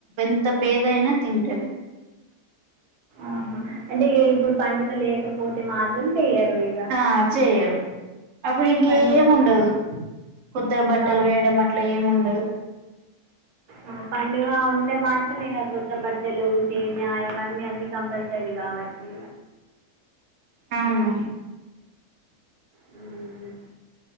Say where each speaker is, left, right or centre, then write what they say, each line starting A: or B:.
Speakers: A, on the right; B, on the right.
A: ఎంత పేదయినా తింటది
B: ఆహా. అంటే <unintelligible> ఇప్పుడు పండుగ లేకపోతే మాత్రం చెయ్యరు ఇగ
A: ఆ చెయరు అప్పుడు ఇంకేం
B: పండుగ
A: ఉండదు కొత్త బట్టలు
B: ఆ,
A: వేయడం అట్ల ఎం ఉండదు
B: ఆ పండుగ ఉంటే మాత్రమేన కొత్త బట్టలు సేమ్యా ఇవన్నీ అన్ని కంపల్సరీ కాబట్టి
A: అవునవును
B: ఉ